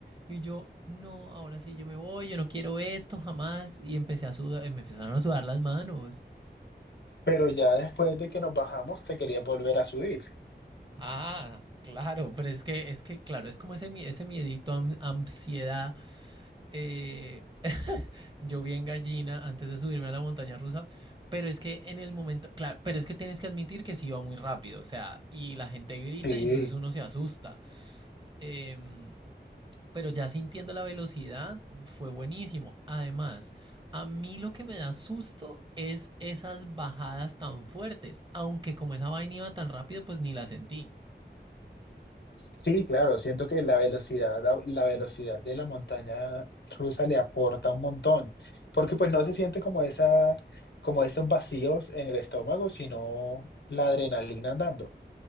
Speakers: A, on the right; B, on the left.
A: Y yo, no, ahora sí yo me voy, yo no quiero esto jamás. Y empecé a sudar, me empezaron a sudar las manos.
B: Pero ya después de que nos bajamos, te quería volver a subir.
A: Ah, claro, pero es que, es que, claro, es como ese, mie- ese miedito, am- ansiedad. eh, Yo vi en gallina antes de subirme a la montaña rusa, pero es que en el momento, claro, pero es que tienes que admitir que sí iba muy rápido, o sea, y la gente grita
B: Sí,
A: y entonces uno se asusta. Em, pero ya sintiendo la velocidad fue buenísimo. Además, a mí lo que me da susto es esas bajadas tan fuertes, aunque como esa vaina iba tan rápido, pues ni la sentí.
B: sí, claro, siento que la velocidad, la, la velocidad de la montaña rusa le aporta un montón, porque pues no se siente como esa, como esos vacíos en el estómago, sino la adrenalina andando,